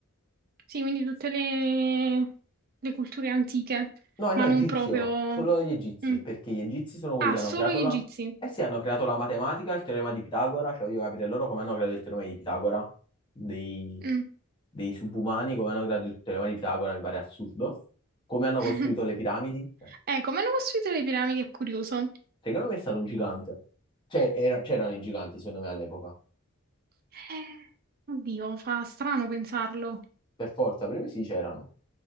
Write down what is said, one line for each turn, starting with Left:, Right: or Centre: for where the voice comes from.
Right: Sì, quindi tutte le, le culture antiche,
Left: No, eh,
Right: ma
Left: no, egizio,
Right: non proprio...
Left: solo gli egizi,
Right: mm.
Left: perché gli egizi sono quelli
Right: Ah,
Left: che hanno
Right: solo
Left: creato
Right: gli
Left: la...
Right: egizi.
Left: Eh sì, hanno creato la matematica, il teorema di Pitagora, cioè voglio capire loro come hanno creato il teorema di Pitagora, dei,
Right: Mm.
Left: dei subumani, come hanno creato il teorema di Pitagora, mi pare assurdo, come hanno
Right: <laughs>
Left: costruito le piramidi, cioè,
Right: Eh, come hanno costruito le piramidi è curioso.
Left: secondo me è stato un gigante, cioè era- c'erano i giganti secondo me all'epoca,
Right: Eh, oddio, fa strano pensarlo.
Left: per forza, per me sì c'erano,